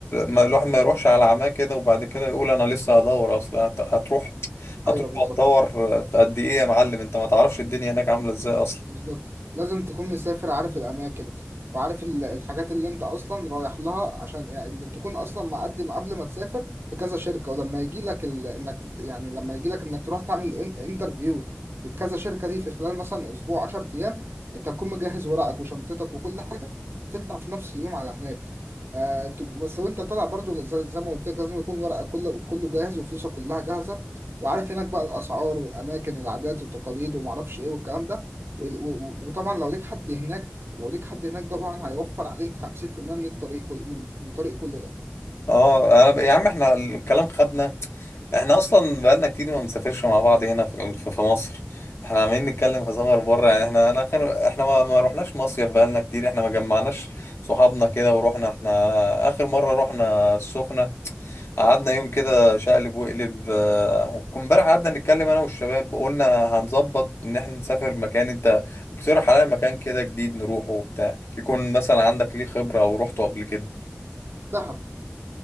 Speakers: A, on the left; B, on the right.
A: ما الواحد ما يروحش على عماه كده وبعد كده يقول انا لسه هدور اصل هت- هتروح هتروح
B: أيوه بالظبط
A: هتدور في قد ايه يا معلم انت ما تعرفش الدنيا هناك عامله ازاي اصلا
B: بالظبط لازم تكون مسافر عارف الأماكن وعارف ال- الحاجات اللي أنت أصلا رايح لها عشان يعني اللي تكون أصلا مقدم قبل ما تسافر بكذا شركة ولما يجي لك ال... إنك تت... يعني لما يجي لك إنك تروح تعمل إن- انترفيو في كذا شركة دي في خلال مثلا أسبوع 10 أيام أنت تكون مجهز ورقك وشنطتك وكل حاجة تطلع في نفس اليوم على هناك آه، ت- بس وأنت طالع برضو زي, زي ما قلت لك لازم يكون ورقك كله كله جاهز وفلوسك كلها جاهزة وعارف هناك بقى الأسعار والأماكن والعادات والتقاليد ومعرفش إيه والكلام ده وال- و- وطبعا لو ليك حد هناك لو ليك حد هناك طبعا هيوفر عليك 50% من الطريق كل من, من طريق كل ده
A: اه انا ب- يا عم احنا الكلام خدنا احنا اصلا بقالنا كتير ما بنسافرش مع بعض هنا في في في مصر احنا عمالين نتكلم في سفر بره يعني احنا انا اخر احنا ما, ما رحناش مصيف بقالنا كتير احنا ما جمعناش صحابنا كده ورحنا احنا اخر مره رحنا السخنه قعدنا يوم كده شقلب وقلب آه، كنا امبارح قعدنا نتكلم انا والشباب قلنا هنظبط ان احنا نسافر مكان انت اقترح عليا مكان كده جديد نروحه وبتاع يكون مثلا عندك ليه خبرة او روحته قبل كده
B: دهب